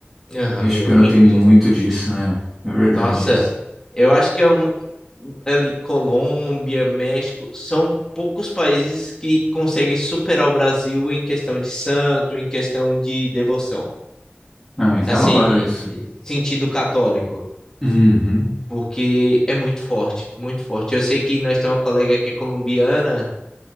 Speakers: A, on the left; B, in the centre.
A: Ah,
B: Acho
A: muito.
B: que eu não tenho muito disso, né? É verdade
A: Nossa,
B: isso.
A: eu acho que é um, ali, Colômbia, México, são poucos países que conseguem superar o Brasil em questão de santo, em questão de devoção.
B: Não, mas
A: assim,
B: da hora isso.
A: sentido católico,
B: Uhum.
A: porque é muito forte, muito forte. Eu sei que nós temos uma colega que é colombiana